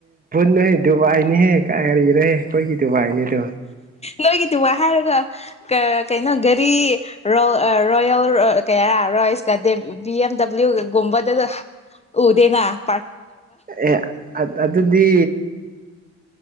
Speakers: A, on the right; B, on the left.
A: ꯅꯍ ꯗꯨꯕꯥꯏꯅꯤꯍꯦ ꯀꯔꯤꯔꯦ ꯑꯩꯈꯣꯏꯒꯤ ꯗꯨꯕꯥꯏꯅꯤꯗꯣ
B: ꯅꯣꯏꯒꯤ ꯗꯨꯕꯥꯏ ꯍꯥꯏꯔꯒ ꯀꯩꯅꯣ ꯒꯥꯔꯤꯣ ꯔꯣꯣꯌꯜ ꯀ ꯔꯣꯁꯀꯗ ꯕꯤ ꯑꯦꯝ ꯗꯕ꯭ꯂꯤꯎ ꯣꯕꯗꯗ ꯎꯗꯦꯅꯥ ꯄ
A: ꯑꯦ ꯑꯗꯨꯗꯤ